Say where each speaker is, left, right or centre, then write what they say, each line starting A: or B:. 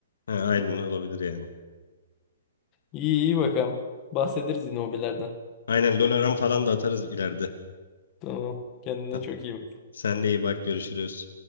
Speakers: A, on the left; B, on the left.
A: Ha, aynen olabilir yani.
B: İyi iyi bakalım. Bahsederiz yine hobilerden.
A: Aynen LoL aram falan da atarız ileride.
B: Tamam. Kendine
A: <laughs>
B: çok iyi bak.
A: Sen de iyi bak görüşürüz.